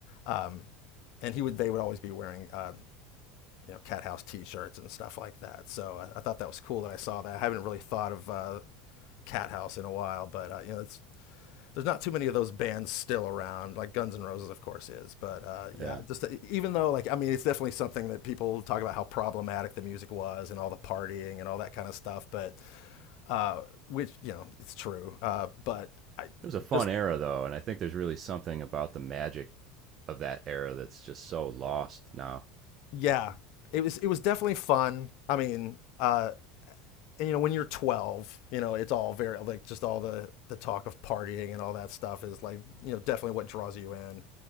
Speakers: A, on the left; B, on the right.
A: um, and he would they would always be wearing uh, you know Cat House T-shirts and stuff like that. So I, I thought that was cool that I saw that. I haven't really thought of uh, Cat House in a while, but uh, you know it's there's not too many of those bands still around. Like Guns N' Roses, of course, is, but uh, yeah,
B: Yeah.
A: just uh, even though like I mean, it's definitely something that people talk about how problematic the music was and all the partying and all that kind of stuff. But uh, which you know, it's true. Uh, but I
B: It was a fun
A: just
B: era though, and I think there's really something about the magic of that era that's just so lost now.
A: yeah, it was it was definitely fun. I mean, uh, and you know, when you're 12, you know, it's all very like just all the the talk of partying and all that stuff is like you know definitely what draws you in.